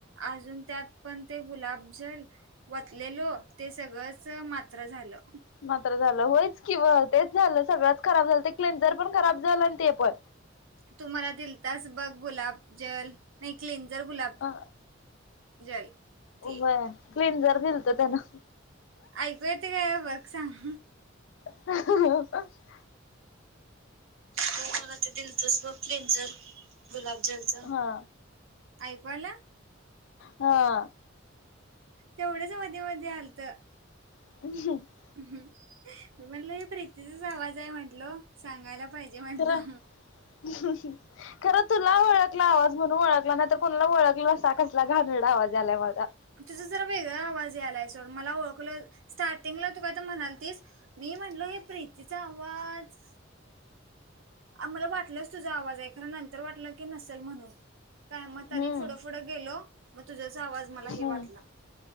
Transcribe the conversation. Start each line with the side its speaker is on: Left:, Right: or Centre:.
Right: अजून त्यात पण ते गुलाबजल वतलेलो. ते सगळंच मात्र झालं.
Left: मात्र झालं. होयच किं ओ. तेच झालं. सगळंच खराब झालं. ते क्लेंझर पण खराब झालं आणि ते पण.
Right: तु मला दिलतास बघ गुलाब जल. नही क्लीनजर गुलाब
Left: अ
Right: जल ते
Left: वय क्लीनझर दिलत त्यान.
Right: ऐकू येत का? बघ सांग.
Left: <inaudible>
Right: हो मला त दिलतच बघ क्लिंजर. गुलाब जलच.
Left: हा
Right: ऐकू आलं?
Left: हा.
Right: तेवढंच मधी मधी आलत.
Left: <unintelligible>
Right: मी म्हटल हे प्रीतीचाच आवाजे म्हंटलो. सांगायला पाहिजे म्हंटलो.
Left: खरं <unintelligible> खरं तुला ओळखला आवाज म्हणून ओळखला. नाही तर कोणाला ओळखला असता कसला घाणेरडा आवाज यालाय माझा.
Right: तुझ जरा वेगळा आवाज यायलाय सोड. मला ओळखलं स्टार्टिंगला तु काहीतरी म्हणालतीस? मी म्हणलो हे प्रीतीचा आवाज मला वाटलंच तुझा आवाजे खरं. नंतर वाटलं की नसेल म्हणून. काय मग
Left: हम्म
Right: तरी पुढं पुुढं गेलो. मग तुझंच आवाज मला
Left: हम्म
Right: हे वाटलं.